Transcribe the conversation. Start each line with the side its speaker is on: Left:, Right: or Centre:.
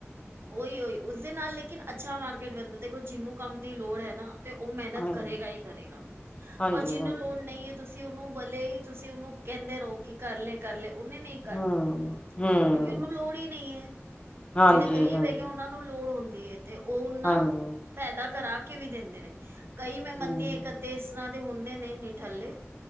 Right: ਉਹੀ ਉਹੀ ਉਸਦੇ ਨਾਲ ਲੇਕਿਨ ਅੱਛਾ ਮਾਰਕੀਟ ਬਣਦਾ ਦੇਖੋ ਜਿਹਨੂੰ ਕੰਮ ਦੀ ਲੋੜ ਹੈ ਨਾ ਤੇ ਉਹ ਮਿਹਨਤ
Left: ਹਾਂਜੀ
Right: ਕਰੇਗਾ ਹੀ ਕਰੇਗਾ
Left: ਹਾਂਜੀ
Right: ਔਰ ਜਿਹਨੂੰ
Left: ਹਾਂਜੀ
Right: ਲੋੜ ਨਹੀਂ ਹੈ ਤੁਸੀਂ ਤੁਸੀਂ ਉਹਨੂੰ ਬਲੇ ਹੀ ਤੁਸੀਂ ਉਹਨੂੰ ਕਹਿੰਦੇ ਰਹੋ ਕਿ ਕਰ ਲਏ ਕਰ ਲਏ ਉਹਨੇ ਨਹੀਂ ਕਰਨਾ
Left: ਹਮ ਹਮ
Right: ਕਿਉਂਕਿ ਉਹਨੂੰ ਲੋੜ ਹੀ ਨਹੀਂ ਹੈ।
Left: ਹਾਂਜੀ
Right: ਜਿਹੜੇ ਗ਼ਰੀਬ
Left: ਹਾਂਜੀ
Right: ਹੈਗੇ ਉਹਨਾਂ ਨੂੰ ਲੋੜ ਹੁੰਦੀ ਹੈ ਤੇ ਉਹ ਉਹਨਾਂ
Left: ਹਾਂਜੀ
Right: ਪੈਦਾ ਕਰਾ। ਵੀ ਦਿੰਦੇ ਨੇ। ਕਈ ਮੈਂ ਮੰਦੀ
Left: ਹਮ
Right: ਆਂ, ਕਦੇ ਇੱਕ ਅੱਧੇ ਇਸ ਤਰ੍ਹਾਂ ਦੇ ਹੁੰਦੇ ਨੇ ਨਿਠੱਲੇ